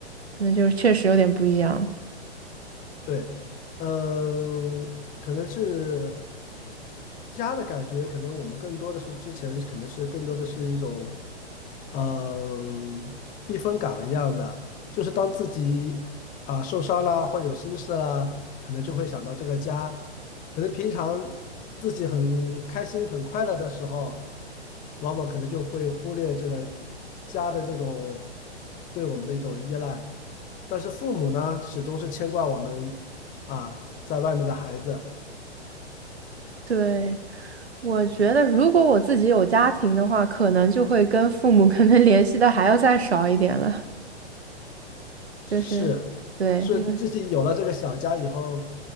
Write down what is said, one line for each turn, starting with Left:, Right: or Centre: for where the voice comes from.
Right: 可能就是确实有点不一样。
Left: 对，嗯，可能是家的感觉，可能我们更多的是之前可能是更多的是一种，嗯，避风港一样的，就是当自己啊、受伤啦或有心事啦，可能就会想到这个家。可能平常自己很开心、很快乐的时候，往往可能就会忽略这个家的这种对我们的一种依赖。但是父母呢，始终是牵挂我们啊，在外面的孩子
Right: 对。我觉得，如果我自己有家庭的话，可能就会跟父母 <laughs> 可能联系的还要再少一点了。就是，
Left: 是是自己有了这个小家以后，
Right: 对，因为